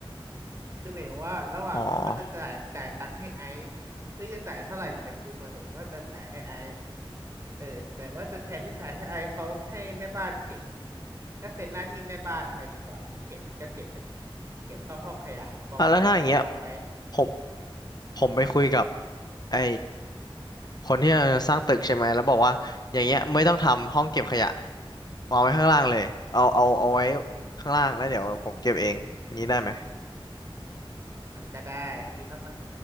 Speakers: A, on the right; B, on the left.
A: ๆคือหมายถึงว่าระหว่างที่เขาจะจ่ายจ่ายตังค์ให้ไอซ์
B: อ๋อ
A: ซึ่งจะจ่ายเท่าไหร่ถึงจะคุ้มมาสมมติว่าจะจ่ายให้ไอซ์เออแต่ว่าจะแทนที่จ่ายให้ไอซ์เขาให้แม่บ้านเก็บถ้าเป็นหน้าที่แม่บ้านไปดีกว่าก็เก็บก็เก็บไปสิเก็บเข้าห้องขยะกองกองกองกองไว้
B: อ่ะแล้วถ้าอย่างเงี้ยผม ผมไปคุยกับไอ้คนที่จะสร้างตึกใช่ไหม แล้วบอกว่าอย่างเงี้ยไม่ต้องทำห้องเก็บขยะวางไว้ข้างล่างเลยเอาเอาเอาไว้ข้างล่างแล้วเดี๋ยวผมเก็บเองงี้ได้ไหม
A: มันก็ได้คือถ้ามัน